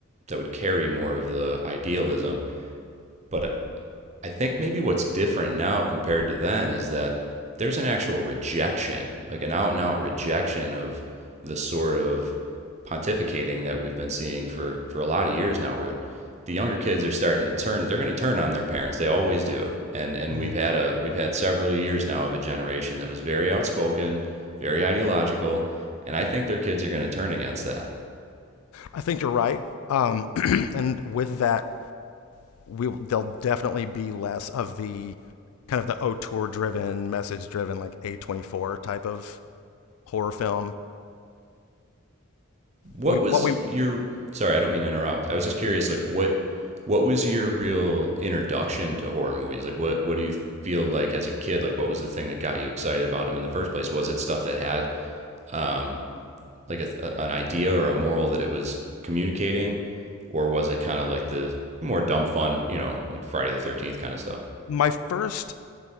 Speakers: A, on the right; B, on the left.
A: that would carry more of the idealism but I think maybe what's different now compared to then is that there's an actual rejection, like an out and out rejection of the sort of pontificating that we've been seeing for for a lot of years now where the younger kids are starting to turn they're going to turn on their parents they always do and and
B: Mhm.
A: we've had a we've had several years now of a generation that was very outspoken very ideological and i think their kids are going to turn against that
B: I think you're right. Um, <clears throat> and with that, we will, there'll definitely be less of the kind of the auteur driven, message driven, like A24 type of horror film.
A: what
B: We
A: was
B: what we
A: your sorry i don't mean to interrupt i was just curious like what what was your real introduction to horror movies like what what do you feel like as a kid like what was the thing that got you excited about them in the first place was it stuff that had um like a, a- an idea or a moral that it was communicating or was it kind of like the more dumb fun you know like friday the 13th kind of stuff
B: my first,